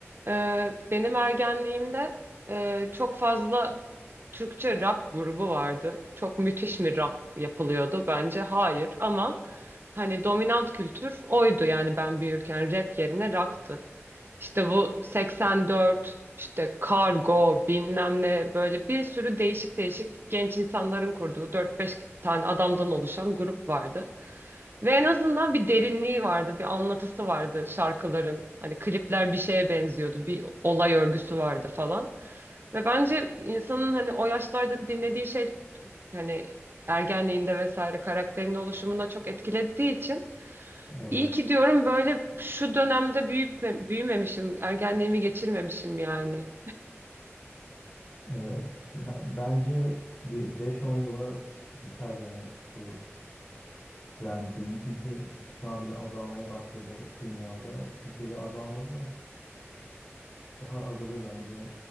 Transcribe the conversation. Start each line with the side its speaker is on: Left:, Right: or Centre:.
Right: Ee, benim ergenliğimde e, çok fazla Türkçe rock grubu vardı. Çok müthiş mi rock yapılıyordu? Bence hayır ama hani dominant kültür oydu yani ben büyürken rap yerine rock'tı. İşte bu 84, işte Kargo, bilmem ne böyle bir sürü değişik değişik genç insanların kurduğu 4-5 tane adamdan oluşan grup vardı. Ve en azından bir derinliği vardı, bir anlatısı vardı şarkıların. Hani klipler bir şeye benziyordu, bir olay örgüsü vardı falan. Ve bence insanın hani o yaşlarda dinlediği şey hani ergenliğinde vesaire karakterin oluşumuna çok etkilediği için
Left: Evet.
Right: iyi ki diyorum böyle şu dönemde büyütme, büyümemişim, ergenliğimi geçirmemişim yani.
Left: Evet. Ha, Bence bir 5-10 yıla biter yani bu trend diyeyim. Çünkü şu an bile azalmaya başladı dünyada. Türkiye'de azalmadı da Daha azalır bence.